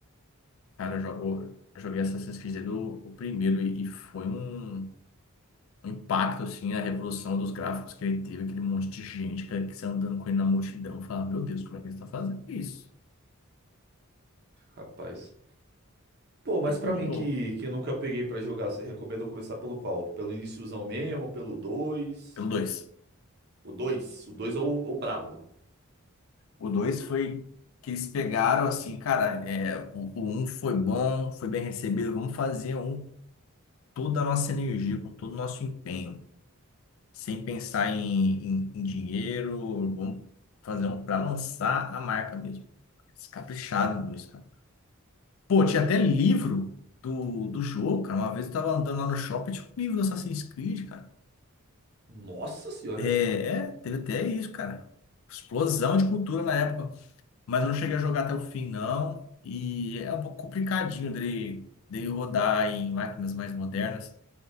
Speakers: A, on the left (about 60°); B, on the right (about 45°).
A: Cara, eu jogo, eu joguei Assassin's Creed do, o o primeiro e, e foi um, um impacto, assim, a revolução dos gráficos que ele teve, aquele monte de gente, cara, que você andando com ele na multidão, falar, meu Deus, como é que eles estão fazendo isso?
B: Rapaz. Pô, mas
A: Uma coisa
B: pra mim
A: de louco.
B: que, que nunca peguei pra jogar, você recomenda eu começar pelo qual? Pelo iniciozão mesmo, pelo dois?
A: Pelo dois.
B: O 2? O 2 é o, o brabo.
A: O dois foi que eles pegaram assim, cara, é, o, o um foi bom, foi bem recebido, vamos fazer um com toda a nossa energia, com todo o nosso empenho, sem pensar em, em, em dinheiro, vamos fazer um para lançar a marca mesmo. Descaprichado, dois, cara. Pô, tinha até livro do, do jogo, cara. Uma vez eu tava andando lá no shopping, tinha um livro do Assassin's Creed, cara.
B: Nossa senhora.
A: É,
B: é.
A: é, teve até isso, cara. Explosão de cultura na época. mas eu não cheguei a jogar até o fim, não. E é um pouco complicadinho dele, dele rodar em máquinas mais modernas.